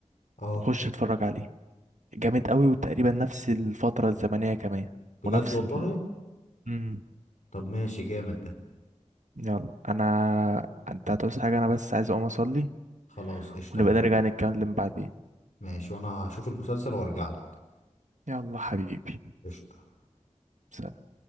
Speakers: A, on the left; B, on the right.
A: اه
B: خش اتفرج عليه جامد قوي وتقريبا نفس الفترة الزمنية كمان
A: بجد
B: ونفس
A: والله
B: ال... مم.
A: طب ماشي جامد ده
B: يلا انا انت هتعوز حاجة انا بس عايز اقوم اصلي
A: خلاص قشطة
B: ونبقى
A: ماشي
B: نرجع نتكلم بعدين
A: ماشي وانا هشوف المسلسل وارجع لك
B: يلا حبيبي
A: قشطة
B: سلام.